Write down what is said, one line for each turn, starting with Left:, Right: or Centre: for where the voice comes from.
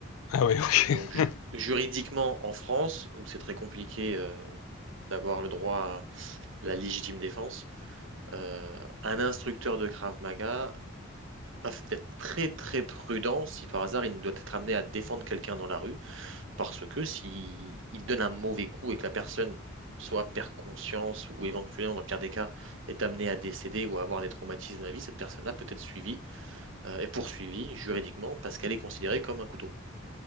Left: Ah ouais <laughs>
Right: Donc, ju-
Left: OK.
Right: juridiquement, en France, où c'est très compliqué, euh, d'avoir le droit à la légitime défense, euh, un instructeur de Krav Maga va f- d'être très très prudent si par hasard il doit être amené à défendre quelqu'un dans la rue, parce que si il donne un mauvais coup et que la personne soit perd conscience ou éventuellement dans le pire des cas est amenée à décéder ou à avoir des traumatismes à la vie, cette personne-là peut être suivie euh, et poursuivie juridiquement parce qu'elle est considérée comme un couteau